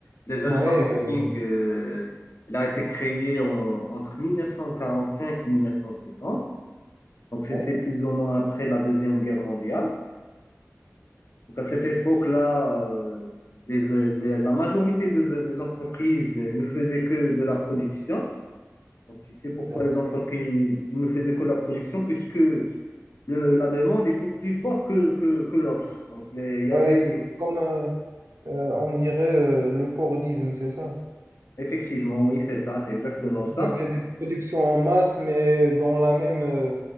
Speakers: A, on the left; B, on the right.
A: Déjà,
B: Ouais,
A: le marketing,
B: euh,
A: euh, il a été créé en- entre 1945 et 1950, donc c'était
B: ouais,
A: plus ou moins après la Deuxième Guerre mondiale. Donc, à cette époque-là, euh, les- les- la majorité des, des entreprises euh, ne faisaient que de la production. Donc, tu sais pourquoi
B: ouais.
A: les entreprises ils- ils ne faisaient que la production, puisque le- la demande était plus forte que, que, que l'offre. Donc, les- il y
B: Ouais,
A: avait
B: c'était comme, euh, euh, on dirait, euh, le Fordisme, c'est ça.
A: effectivement, oui, c'est ça, c'est exactement
B: Il
A: ça.
B: y avait des productions en masse, mais dans la même... euh,